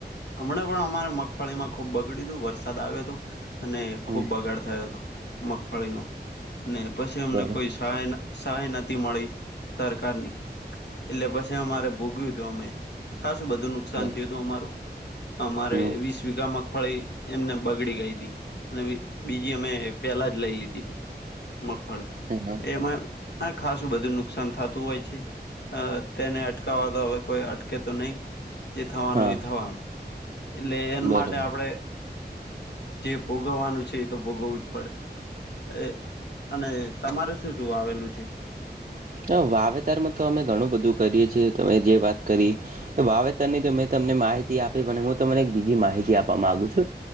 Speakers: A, on the left (about 75°); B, on the right (about 45°).
A: હમણાં પણ અમારે મગફળીમાં ખુબ બગડ્યું તું, વરસાદ આવ્યો તો. અને
B: હમ
A: ખૂબ બગાડ થયો હતો. મગફળીનો અને પછી અમને
B: બરો
A: કોઈ- -સહાય નતી મળી- -સરકારની, એટલે પછી અમારે ભોગ્યું તું અમે. ખાસું બધું નુકસાન
B: બર
A: થયું હતું અમારું. અમારે
B: હમ
A: વીસ વીઘા મગફળી - એમનેમ બગડી ગઈ તી, ને બીજી અમે પેલા જ લઈ લીધીતી મગફળી.
B: હમ
A: એમાં આ ખાસું બધું નુકસાન થાતું હોય છે. અ તેને અટકાવવા તો હવે કોઈ- તો નહી, જે થવાનું
B: હા
A: એ થવાનું. એટલે એના
B: બરોબર
A: માટે આપડે- જે ભોગવવાનું છે એ તો ભોગવવું જ પડે. એ અને તમારે શું શું વાવેલું છે?
B: હ વાવેતરમાં તો અમે ઘણું બધું કરીએ, છીએ તમે જે વાત કરી - વાવેતરની તો મેં તમને માહિતી આપી. પણ હું તમને એક બીજી માહિતી આપવા માંગુ છું.